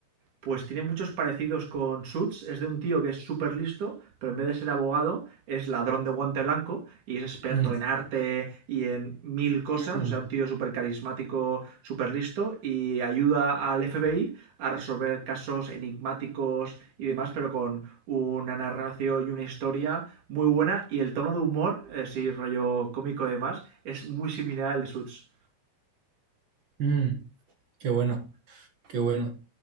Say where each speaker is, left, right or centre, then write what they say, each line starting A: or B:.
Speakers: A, on the right; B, on the right.
A: Pues tiene muchos parecidos con Suits. Es de un tío que es súper listo, pero en vez de ser abogado, es ladrón de guante blanco y es experto
B: Mm,
A: en arte y en mil cosas.
B: mm,
A: O sea, un tío súper carismático, súper listo y ayuda al FBI a resolver casos enigmáticos y demás, pero con una narración y una historia muy buena. Y el tono de humor, eh, sí, rollo cómico y demás, es muy similar al de Suits.
B: mm, qué bueno. Qué bueno.